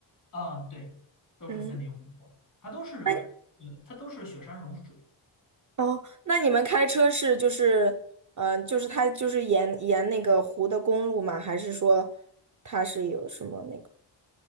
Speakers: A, on the left; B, on the right.
A: 啊，对，都是森林湖泊，
B: 嗯，
A: 它都是
B: 那
A: 呃它都是雪山融水。
B: 哦，那你们开车是就是，嗯、就是它就是沿沿那个湖的公路吗？还是说它是有什么那个？